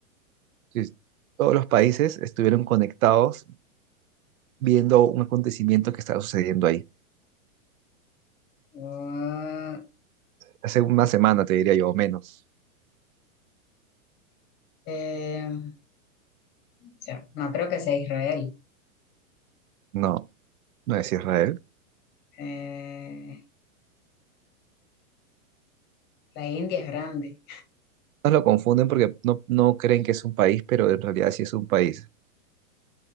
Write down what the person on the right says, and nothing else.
Sí. Todos los países estuvieron conectados viendo un acontecimiento que estaba sucediendo ahí.
Hace una semana, te diría yo, o menos.
No, no es Israel.
Nos lo confunden porque no, no creen que es un país, pero en realidad sí es un país.